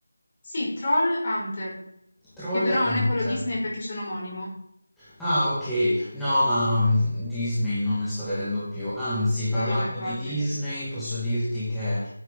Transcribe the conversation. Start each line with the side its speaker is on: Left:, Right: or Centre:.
Left: Sì, Troll Hunter,
Centre: Troll
Left: che però non
Centre: Hunter.
Left: è quello Disney perché sono omonimo.
Centre: Ah, ok. No, ma mm, Disney non ne sto vedendo più. Anzi, parlando
Left: No, infatti.
Centre: di Disney, posso dirti che